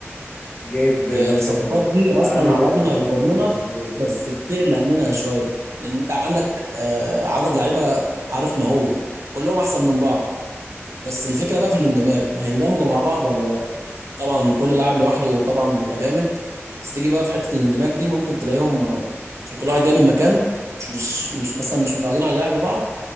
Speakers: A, on the left; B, on the right.
A: جايب آه،
B: هي الصفقات دي اصلا
A: علي بن
B: على قد
A: رمضان
B: ما بتطمنك
A: وتريزيجيه وكده
B: بس بتقلق منها شويه لان انت عندك آه، عدد لعيبه عارف مهول كلهم احسن من بعض بس الفكره بقى في الاندماج هيندمجوا مع بعض ولا لا طبعا كل لاعب لوحده طبعا بيبقى جامد بس تيجي بقى في حته الاندماج دي ممكن تلاقيهم آه، عشان كل واحد جاي من مكان مش مش مش- مثلا مش متعودين على لعب بعض